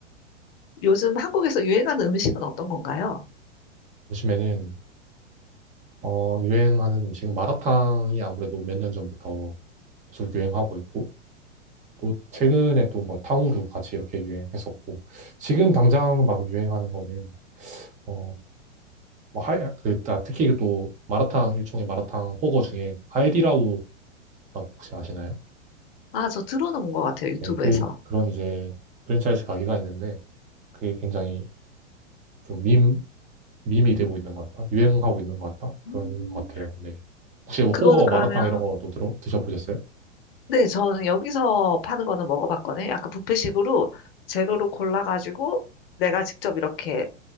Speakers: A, on the left; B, on the right.
A: 요즘 한국에서 유행하는 음식은 어떤 건가요?
B: 요즘에는 어, 유행하는 음식은 마라탕이 아무래도 몇 년 전부터 계속 유행하고 있고, 또 최근에 또 뭐 탕후루 같이 이렇게 유행했었고, 지금 당장 막 유행하는 거는, 어, 뭐 하야, 그, 아, 특히 그 또 마라탕, 일종의 마라탕 호거 중에 하이디라오라고 혹시 아시나요?
A: 아, 저 들어는 본 것 같아요. 유튜브에서.
B: 네, 그, 그런 이제 프랜차이즈 가게가 있는데, 그게 굉장히 좀 밈, 밈이 되고 있는 것 같다? 유행하고 있는 것 같다? 그런
A: 음,
B: 것 같아요. 네. 혹시 뭐
A: 그거는
B: 호거
A: 그러면
B: 마라탕 이런 것도 들어, 드셔보셨어요?
A: 네, 저는 여기서 파는 거는 먹어봤거든요. 약간 뷔페식으로 재료로 골라가지고 내가 직접 이렇게